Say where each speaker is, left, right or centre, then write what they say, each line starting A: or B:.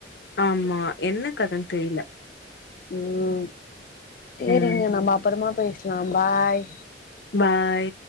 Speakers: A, on the left; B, on the left.
A: ஆமா என்ன கதன் தெரீல
B: ம் சேரிங்க
A: ம்
B: நம்ம அப்பறமா பேஸ்லா பாய்
A: பாய்